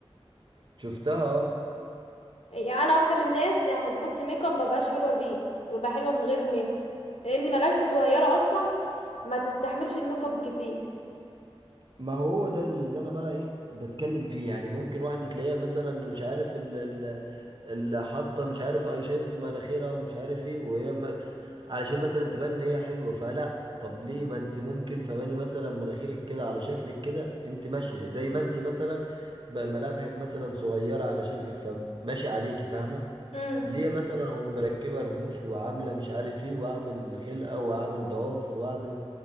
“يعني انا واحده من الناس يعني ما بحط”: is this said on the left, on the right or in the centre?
Left